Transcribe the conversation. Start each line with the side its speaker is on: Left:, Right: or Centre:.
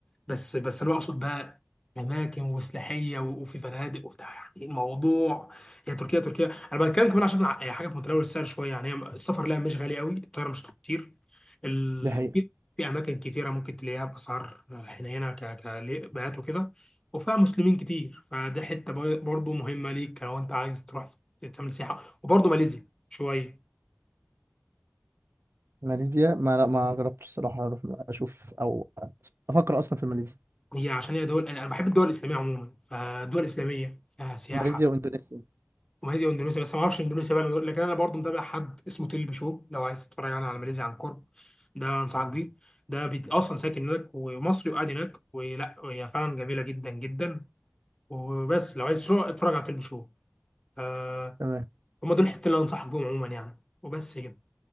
Left: بس بس انا اقصد بقى اماكن وسلاحيه و- وفي فنادق وبتاع يعني إيه الموضوع هي تركيا تركيا انا بتكلم كمان عشان ع- حاجه في متناول السعر شويه يعني هي السفر لها مش غالي قوي الطياره مش كتير ال...
Right: دي حقيقة
Left: في في اماكن كتيره ممكن تلاقيها باسعار حنينه ك كبيات وكده وفيها مسلمين كتير فده حته برضه مهمه ليك لو انت عايز تروح في- تعمل سياحه وبرضه ماليزيا شويه
Right: ماليزيا ما لا ما جربتش الصراحة أروح أشوف أو أفكر أصلا في ماليزيا
Left: هي عشان هي دول انا بحب الدول الاسلاميه عموما فالدول الاسلاميه فيها سياحه
Right: ماليزيا واندونيسيا
Left: وماليزيا واندونيسيا بس ما اعرفش اندونيسيا بقى لكن انا برضو متابع حد اسمه تيل بشو لو عايز تتفرج يعني على ماليزيا عن قرب ده انصحك بيه ده بيت اصلا ساكن هناك ومصري وقاعد هناك ولا هي فعلا جميله جدا جدا وبس لو عايز شو اتفرج على تيل بشو آه
Right: تمام
Left: هم دول الحتتين اللي انصحك بيهم عموما يعني وبس كده